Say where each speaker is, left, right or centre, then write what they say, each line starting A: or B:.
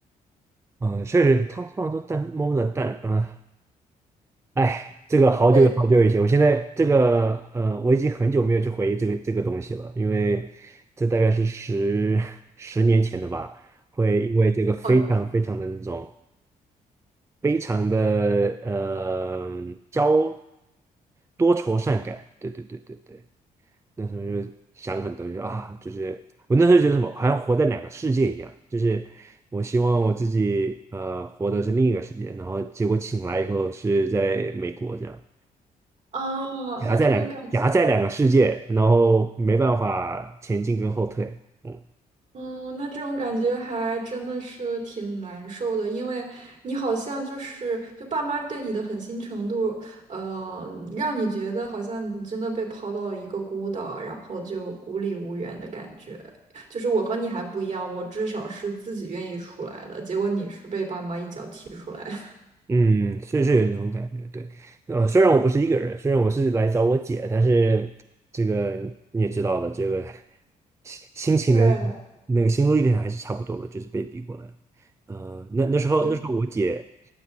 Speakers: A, on the right; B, on the right.
A: 嗯，确实，他通常都蛋摸不着蛋啊。哎，这个好久好久以前，
B: 对，
A: 我现在这个呃，我已经很久没有去回忆这个这个东西了，因为这大概是十 <laughs> 十年前的吧。会因为这个非常非常的那种
B: 好友
A: 非常的呃交多愁善感，对对对对对。那时候就想很多，就啊，就是我那时候觉得什么，好像活在两个世界一样，就是我希望我自己呃活的是另一个世界，然后结果醒来以后是在美国这样，
B: 啊，
A: 夹在两夹在两个世界，
B: 那这种感。
A: 然后没办法前进跟后退，嗯。
B: 嗯，那这种感觉还真的是挺难受的，因为你好像就是就爸妈对你的狠心程度，呃，让你觉得好像你真的被抛到了一个孤岛，然后就孤立无援的感觉。就是我和你还不一样，我至少是自己愿意出来的，结果你是被爸妈一脚踢出来的
A: 嗯，是是有这种感觉，对，呃，虽然我不是一个人，虽然我是来找我姐，但是这个你也知道的，这个心心情的那个那个心路历程还是差不多的，
B: 对，<laughs>
A: 就是被逼过来的。呃，那那时候那时候我姐，
B: 就